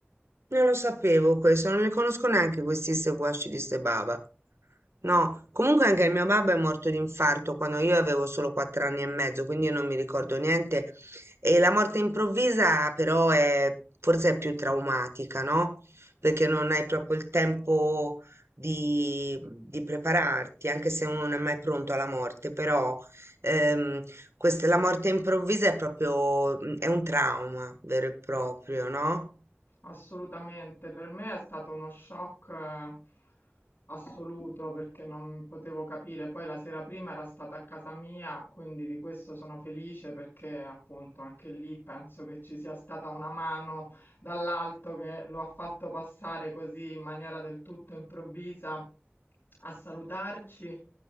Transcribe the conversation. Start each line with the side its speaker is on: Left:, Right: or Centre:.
Right: Non lo sapevo questo, non li conosco neanche questi ste guasci di ste baba. No, comunque anche il mio babbo è morto di infarto quando io avevo solo quattro anni e mezzo, quindi io non mi ricordo niente. E la morte improvvisa però è forse è più traumatica, no? Perché non hai proprio il tempo di, di prepararti, anche se uno non è mai pronto alla morte, però ehm, questa, la morte improvvisa è proprio, è un trauma vero e proprio, no?
Left: Assolutamente, per me è stato uno shock eh, assoluto perché non potevo capire. Poi la sera prima era stata a casa mia, quindi di questo sono felice perché appunto anche lì penso che ci sia stata una mano dall'alto che lo ha fatto passare così in maniera del tutto improvvisa a salutarci.